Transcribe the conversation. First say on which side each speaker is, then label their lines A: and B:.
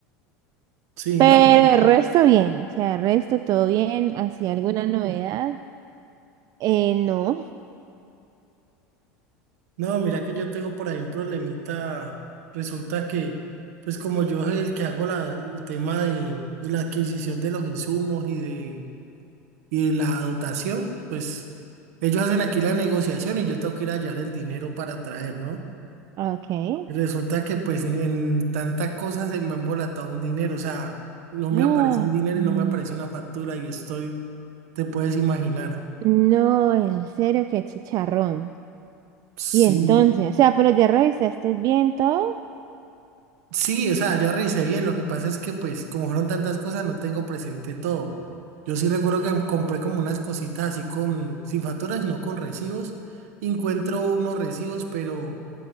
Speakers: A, on the right; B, on the right.
A: Sí,
B: Pero
A: no. ujú.
B: el resto bien, o sea, el resto todo bien, ¿hacía alguna novedad? Eh, no,
A: No, mira que yo tengo por ahí un problemita. Resulta que, pues como yo soy el que hago la- el tema de, de la adquisición de los insumos y de, y de la dotación, pues ellos hacen aquí la negociación y yo tengo que ir a hallar el dinero para traer, ¿no?
B: ok.
A: Y
B: <gasps>
A: Resulta que pues en en tanta cosa se me ha embolatado un dinero, o sea, no me
B: Ah,
A: aparece un dinero
B: mm,
A: y no me aparece una factura y estoy, te puedes imaginar.
B: No, en serio, qué chicharrón.
A: Sí,
B: Y entonces, o sea, pero ya revisaste bien todo.
A: sí, o sea, ya revisé bien, lo que pasa es que pues como fueron tantas cosas no tengo presente todo. Yo sí recuerdo que compré como unas cositas así con, sin facturas, sino con recibos. y Encuentro unos recibos, pero, o